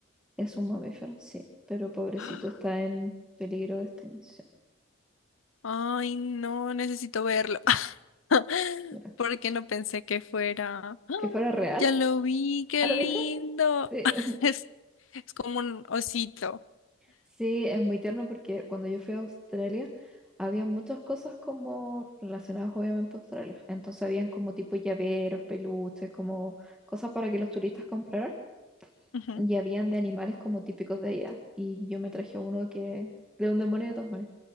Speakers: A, in the centre; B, on the left.
A: es un mamífero, sí, pero pobrecito
B: <gasps>
A: está en peligro de extinción.
B: Ay, no, necesito verlo. <laughs>
A: Dura.
B: Porque no pensé que fuera. ¡Ah!
A: ¿Que fuera real?
B: Ya lo vi, qué
A: ¿Ah,
B: lindo.
A: lo viste? Sí.
B: <laughs>
A: <laughs>
B: Es, es como un osito.
A: Sí, es muy tierno porque cuando yo fui a Australia había muchas cosas como relacionadas obviamente a Australia. Entonces habían como tipo llaveros, peluches, como cosas para que los turistas compraran.
B: Ujú.
A: y habían de animales como típicos de ella. Y yo me traje uno que de un demonio de Tasmania.